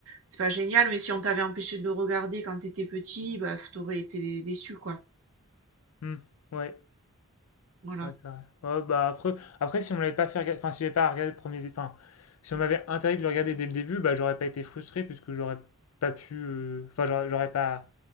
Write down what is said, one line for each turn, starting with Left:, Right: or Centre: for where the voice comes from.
Right: c'est pas génial. Mais si on t'avait empêché de le regarder quand t'étais petit, bah, t'aurais été déçu, quoi.
Left: Hmm, ouais.
Right: Voilà.
Left: Ouais, c'est vrai. Ouais, bah après, après, si on m'avait pas fait regarder, enfin, si j'avais pas regardé le premier, enfin, si on m'avait interdit de le regarder dès le début, bah, j'aurais pas été frustré puisque j'aurais pas pu, euh, enfin, j'aurais j'aurais pas,